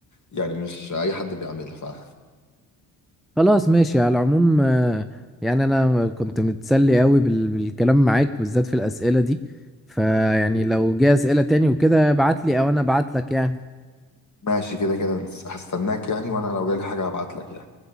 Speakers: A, on the left; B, in the centre.
A: يعني مش أي حد بيعملها فعلا
B: خلاص ماشي على العموم آه، يعني انا كنت متسلي قوي بال- بالكلام معاك بالذات في الاسئله دي فيعني لو جه اسئله تاني وكده ابعت لي او انا ابعت لك يعني
A: ماشي كده كده هستناك يعني وأنا لو جالي حاجة هبعتلك يعني